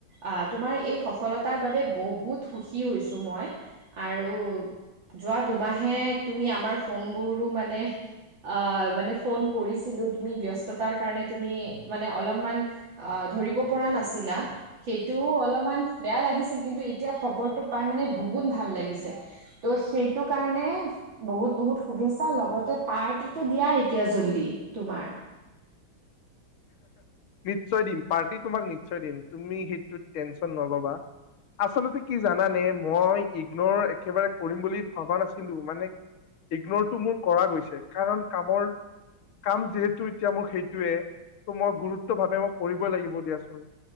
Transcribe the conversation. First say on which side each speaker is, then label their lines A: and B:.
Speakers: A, on the right (about 65°); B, on the left (about 80°).
A: আহ তোমাৰ এই সফলতাৰ বাবে বহুত সুখী হৈছো মই, আৰু যোৱা দুমাহে তুমি আমাৰ ফোনবোৰো মানে আঁহ মানে ফোন কৰিছিলো তুমি ব্যস্ততাৰ কাৰণে তুমি মানে অলপমান আঁহ ধৰিব পৰা নাছিলা। সেইটোও অলপমান বেয়া লাগিছিল কিন্তু, এতিয়া খবৰটো পাই মানে দুগুণ ভাল লাগিছে। ত' সেইটো কাৰণে বহুত বহুত শুভেচ্ছা লগতে পাৰ্টি টো দিয়া এতিয়া জল্দি তোমাৰ।
B: নিশ্চয় দিম পাৰ্টি তোমাক নিশ্চয় দিম, তুমি সেইটোত টেনশ্যন নল'বা। আচলতে কি জানানে, মই ইগনৰ একেবাৰে কৰিম বুলি ভবা নাছিলো মানে ইগনৰটো মোৰ কৰা গৈছে। কাৰণ কামৰ কাম যিহেতু এতিয়া মোৰ সেইটোৱে ত মই গুৰুত্ব ভাৱে মই কৰিবই লাগিব দিয়াচোন।